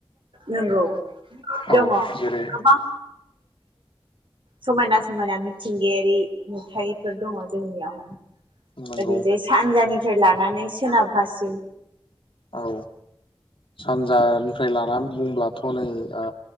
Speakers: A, on the right (about 60°); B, on the left (about 65°).
A: नंगौ दङ
B: औ
A: गोबां
B: जेरै
A: समायना समायना मिथिंगायारि नुथाय फोर दङ जोंनियावहाय
B: नंगौ
A: ओरैजाय सानजानि फ्राय लानानै सोनाबहासिम
B: औ सानजानिफ्राय लानानै बुंब्लाथ नै ओ